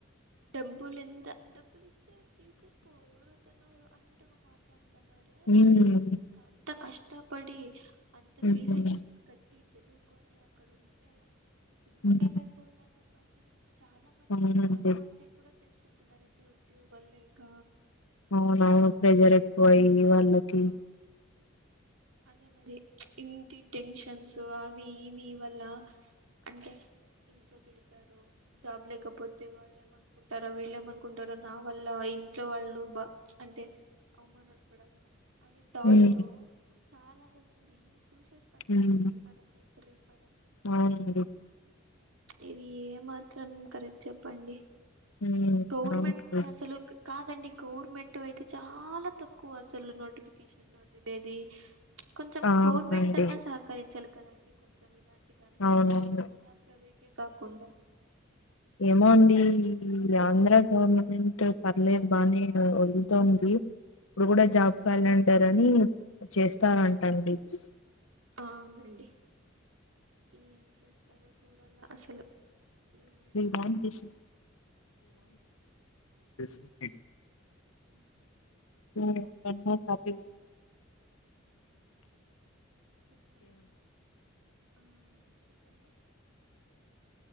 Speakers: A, on the right; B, on the left.
A: డబ్బులు ఎంత డబ్బులు ఇచ్చే తీసేసుకో ఎవరు వద్దున్నారు అన్నట్టు గా మాట్లాడు తున్నారె అసలు
B: ఉమ్
A: ఇంకా అం త కష్టపడి అంత
B: హ్మ్.
A: ఫీజులు ఫీజులు కటి ట్టి చదువుకొని అక్కడ ఉంటే పిల్లలు
B: హ్మ్.
A: ఎమైపోయిన ప్పండి చాలా మంది
B: అవునండి.
A: ఇప్పుడు ఆత్మహత్యలు కూడా చేసుకు ఉన్నారండి ఉద్యోగాలు లేక
B: అవునవును
A: ఉమ్,
B: ప్రెజర్ ఎక్కువయి వాళ్ళకి
A: ఆ అదే మరి ఇంటి టెన్షన్స్ అవి ఇవి వల్ల అంటే ఇంట్లో తిడతారు జాబ్ లేకపోతే వాళ్లు ఏమనుకుంటారో వీళ్లు ఏమనుకుంటారో నా వల్ల ఇంట్లో వాళ్లు బ అంటే అవమానాలు పడాల అనే తాట్
B: హ్మ్.
A: తో చాలా మంది ష్ టూ సైడ్ కటిం
B: హ్మ్.
A: చేస్తున్నారండి తెలియక
B: అవునండి.
A: ఇది ఏ మాత్రం కరెక్ట్ చెప్పండి.
B: హుహ్మ్
A: గవర్నమెంట్
B: అవును
A: కూడా అసలు కాదండి గౌవర్నమెంట్ అయితే చాలా తక్కువ అసలు నోటిఫికేషన్ వదిలేది. కొంచెం
B: అవునండి.
A: గౌవర్నమెంట్ అన్నా సహకరించాలి కదండి కొంచెం ఇలాం టి దానికి
B: అవునవును.
A: కైనా ఇలా వీటే కాకుండా
B: ఏమో అండి ఈ ఆంధ్ర గౌవర్నమెంట్ పర్లేదు బానే వ వదులుతుంది. ఇప్పుడు గూడా
A: ఉమ్
B: జాబ్ కాలంటార్ రని చేస్తారంటాండి ప్స్
A: అ అవునండి. ఏం చేస్తారో చూడాల అసలు వీళ్ళు
B: వివాన్ చేశ్న రెసిపీ
A: హా
B: నీళ్ళోక్కటన్న తాపివు
A: <unintelligible> ఆ చెప్పండి